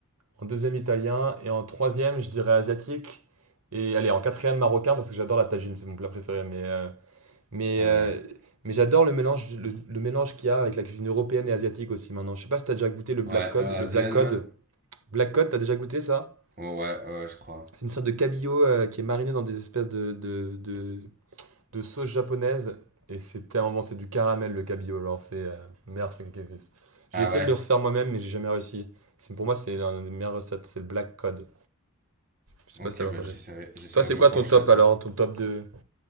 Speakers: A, on the right; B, on the right.
A: En deuxième, italien. Et en troisième, je dirais asiatique. Et allez, en quatrième, marocain, parce que j'adore la tagine, c'est mon plat préféré. Mais, euh, Mais,
B: ouais,
A: euh, mais j'adore le mélange, le, le mélange qu'il y a avec la cuisine européenne et asiatique aussi maintenant. Je sais pas si t'as déjà goûté le black
B: ouais,
A: cod.
B: eurasienne,
A: Le black cod,
B: ouais.
A: black cod, t'as déjà goûté ça?
B: Oh, ouais, ouais, ouais, je crois.
A: C'est une sorte de cabillaud euh, qui est mariné dans des espèces de, de, de, de sauce japonaise. Et c'est tellement bon, c'est du caramel le cabillaud. Alors c'est euh, le meilleur truc qui existe. J'ai
B: Ah
A: essayé
B: ouais.
A: de le refaire moi-même, mais j'ai jamais réussi. C'est, pour moi, c'est l'un des meilleures recettes, c'est le black cod. Je sais
B: Ok,
A: pas si t'avais entendu.
B: bah j'essaierai, j'essaierai
A: Toi, c'est
B: de
A: quoi
B: me pencher
A: ton top
B: là-dessus.
A: alors? Ton top de.